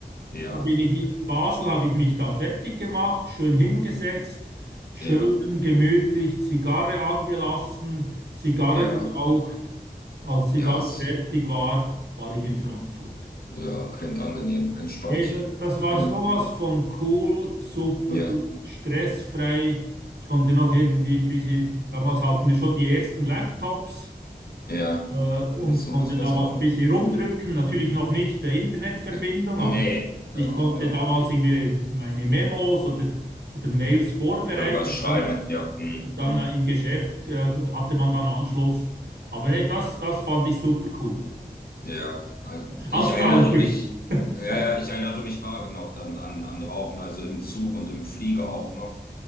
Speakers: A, on the left; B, on the right.
A: ja,
B: Da bin ich in Basel, habe ich mich da fertig gemacht, schön hingesetzt, schön
A: ja,
B: gemütlich Zigarre angelassen, Zigarre
A: ja,
B: geraucht. Als Zigarre
A: ja, es-
B: fertig war, war ich in Frankfurt.
A: ja, klingt angenehm, entspannt.
B: Hey, da- das war
A: Hm,
B: sowas von cool, super,
A: Ja,
B: du- stressfrei. Konnte noch irgendwie ein bisschen, damals hatten wir schon die ersten Laptops.
A: ja,
B: äh, und
A: ein bisschen
B: konnte
A: was,
B: da
A: was
B: was
A: machen.
B: ein bisschen rumdrücken. Natürlich noch nicht der Internetverbindung,
A: Nee, nee,
B: aber ich
A: genau,
B: konnte
A: ja.
B: damals irgendwie meine Memos oder, oder Mails vorbereiten.
A: Irgendwas schreiben,
B: Dann,
A: ja, hm,
B: dann
A: genau.
B: äh, im Geschäft äh, hatte man dann Anschluss. Aber hey, das, das fand ich super cool.
A: Ja, an- ich
B: Als
A: erinnere
B: Raucher.
A: mich,
B: <laughs>
A: ja, ja, ich erinnere mich vage noch dann an, an Rauchen, also im Zug und im Flieger auch noch.